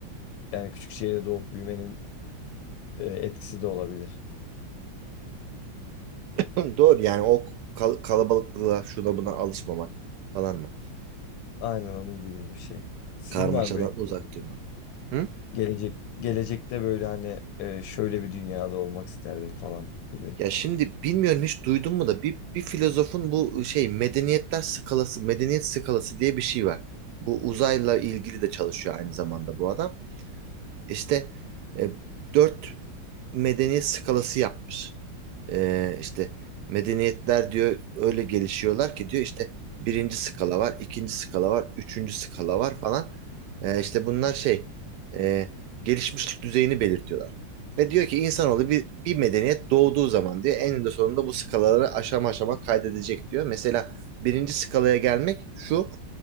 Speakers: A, on the left (about 80°); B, on the right (about 70°).
A: yani küçük şehirde doğup büyümenin e, etkisi de olabilir.
B: <clears throat> Hı, Doğru yani o kal- kalabalıklığa şuna buna alışmamak falan mı?
A: Aynen onun gibi bir şey. Sizin
B: Karmaşadan
A: var mı böyle
B: uzak
A: gelecek
B: durmak. Hı?
A: gelecek- gelecekte böyle hani e, şöyle bir dünyada olmak isterdim falan gibi?
B: Ya şimdi bilmiyorum hiç duydun mu da bir, bir filozofun bu şey medeniyetler skalası, medeniyet skalası diye bir şey var. Bu uzayla ilgili de çalışıyor aynı zamanda bu adam. İşte e, dört medeniyet skalası yapmış. E, işte medeniyetler diyor öyle gelişiyorlar ki diyor işte birinci skala var, ikinci skala var, üçüncü skala var falan. E, işte bunlar şey e, gelişmişlik düzeyini belirtiyorlar. Ve diyor ki insanoğlu bir, bir medeniyet doğduğu zaman diyor eninde sonunda bu skalaları aşama aşama kaydedecek diyor. Mesela birinci skalaya gelmek şu